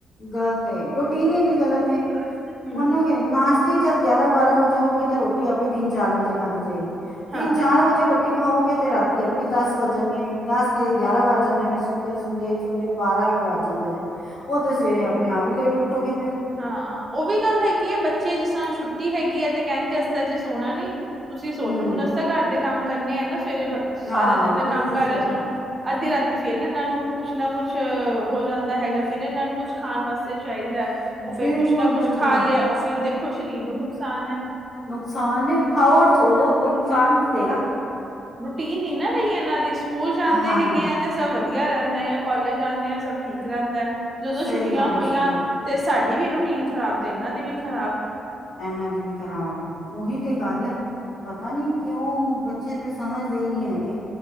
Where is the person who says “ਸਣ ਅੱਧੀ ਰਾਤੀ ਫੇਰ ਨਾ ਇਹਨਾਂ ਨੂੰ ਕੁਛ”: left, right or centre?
Right